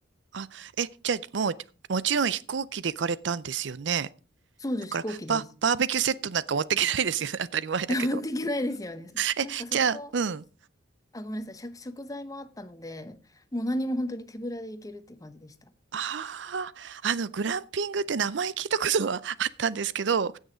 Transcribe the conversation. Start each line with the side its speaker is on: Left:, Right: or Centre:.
Right: あ、え、じゃあ、もう、もちろん飛行機で行かれたんですよね。
Left: そうです、
Right: だから、
Left: 飛行機です。
Right: バ、バーベキューセットなんか持っていけないですよね。<laughs> 当たり前だけど。
Left: <laughs> 持っていけないですよね。
Right: え、
Left: なんかそこは、
Right: じゃあ、うん。
Left: あ、ごめんなさい、食、食材もあったので、もう何も本当に手ぶらで行けるっていう感じでした。
Right: ああ、あの、グランピングって名前聞いたことは <laughs> あったんですけど、